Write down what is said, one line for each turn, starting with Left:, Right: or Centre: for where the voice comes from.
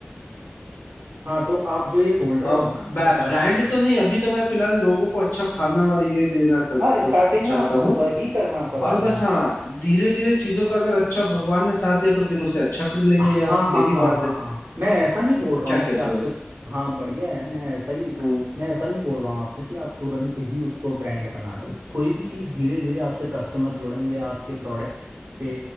Right: हाँ तो आप जो ये बोल रहे
Left: अब
Right: हो ना
Left: ब्रांड
Right: पचास लाख
Left: तो नहीं अभी तो मैं फिलहाल लोगों को अच्छा खाना और ये देना सक,
Right: हाँ
Left: सक,
Right: स्टार्टिंग
Left: चाहता
Right: में आपको
Left: हूँ
Right: वही करना पड़ेगा
Left: और बस हाँ धीरे धीरे चीजों का अगर अच्छा भगवान ने साथ दिया तो फिर उसे अच्छा कर लेंगे
Right: हाँ
Left: यार
Right: हाँ
Left: यही
Right: हाँ
Left: बात
Right: हाँ
Left: है
Right: हाँ मैं ऐसा नहीं बोल रहा
Left: क्या
Right: हूँ
Left: कहते
Right: कि आपसे
Left: हो
Right: हाँ बढ़िया है मैं ऐसा ही
Left: हम्म
Right: मैं ऐसा नहीं बोल रहा हूँ आपसे कि आप तुरंत ही उसको ब्रांड बना लो कोई भी चीज़ धीरे धीरे आपसे कस्टमर जुड़ेंगे आपके प्रोडक्ट पे